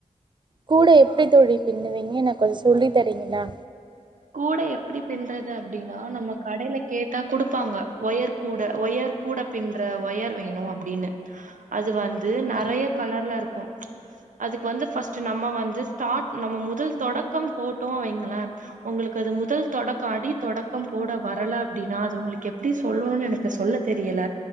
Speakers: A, on the right; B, on the right.
A: கூட எப்டி தோழி பின்னுவீங்க எனக்கு கொஞ்ச சொல்லி தரீங்களா
B: கூட எப்டி பின்றது அப்டின்னா நம்ம கடையில கேட்டா குடுப்பாங்க ஒயர் கூட ஒயர் கூட பின்ற ஒயர் வேணு அப்டின்னு அது வந்து
A: ம்
B: நெறைய
A: ம்
B: கலர்ல இருக்கு அதுக்கு வந்து ஃபர்ஸ்ட் நம்ம வந்து ஸ்டார்ட் நம்ம முதல் தொடக்கம் போட்டோ வைங்களே உங்களுக்கு அது முதல் தொடக்க அடி தொடக்கம் போட வரல அப்டின்னா அது உங்களுக்கு எப்டி சொல்லணுனு எனக்கு சொல்லத் தெரியல